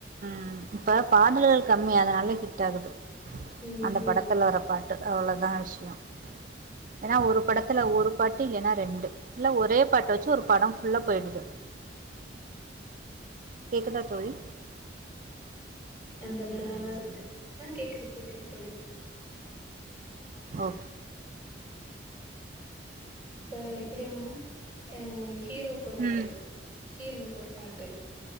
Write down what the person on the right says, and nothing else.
ம் இப்ப பாடல்கள் கம்மி அதனால ஹிட் ஆகுது
அந்த படத்துல வர பாட் அவ்வளோதான் விஷயம் ஏன்னா ஒரு படத்துல ஒரு பாட்டு இல்லன்னா ரெண்டு இல்ல ஒரே பாட்டை வச்சு ஒரு படம் ஃபுல்லா போயிடுது கேக்குதா தோழி
ம்
ஓ
ம்